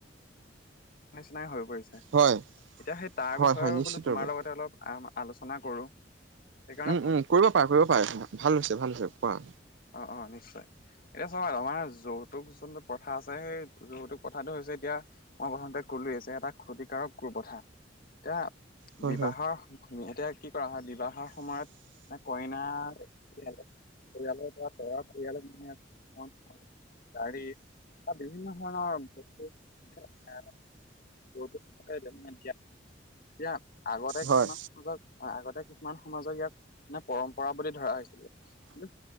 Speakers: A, on the left (about 50°); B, on the right (about 80°).
A: নিচিনাই হৈ পৰিছে,
B: হয়।
A: এতিয়া সেই তাৰ
B: হয়
A: বিষয়ে
B: হয় নিশ্চিতভাৱে
A: বোলো তোমাৰ লগতে অলপ আ আলোচনা কৰো। সেইকাৰণে
B: উ-উ কৰিব পাৰা কৰিব পাৰা ভাল হৈছে ভাল হৈছে কোৱা।
A: অ'! অ'! নিশ্চয়। এতিয়া চবা! আমাৰ যৌতুক যোনটো প্ৰথা আছে। সেই, যৌতুক প্ৰথাটো হৈছে, এতিয়া মই প্ৰথমতে, ক'লোৱেই যে, এটা ক্ষতিকাৰক কু- প্ৰথা। এতিয়া,
B: হয়
A: বিবাহৰ এতিয়া, কি কৰা হয়? বিবাহৰ সময়ত, কইনা, পৰিয়াল- পৰিয়ালত ইয়াত, দৰা পৰিয়ালক মানে, <unintelligible> গাড়ী বা বিভিন্ন ধৰণৰ বস্তু <unintelligible> <unintelligible> এতিয়া, এতিয়া আগতে কিছুমান
B: হয়
A: <unintelligible> আগতে, কিছুমান সমাজক, ইয়াক মানেস, পৰম্পৰা বুলি ধৰা হৈছিল। কিন্তু,